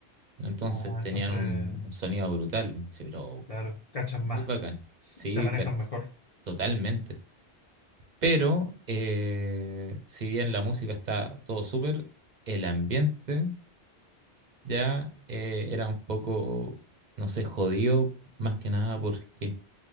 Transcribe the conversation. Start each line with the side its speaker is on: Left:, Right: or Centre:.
Right: Entonces
Left: Ah,
Right: tenían
Left: entonces,
Right: un, un sonido brutal, sí, pero
Left: claro, cachan
Right: Muy
Left: más,
Right: bacán,
Left: s-
Right: sí,
Left: se manejan
Right: ca-
Left: mejor.
Right: totalmente. Pero eh, si bien la música está todo súper, el ambiente ya eh, era un poco, no sé, jodido, más que nada porque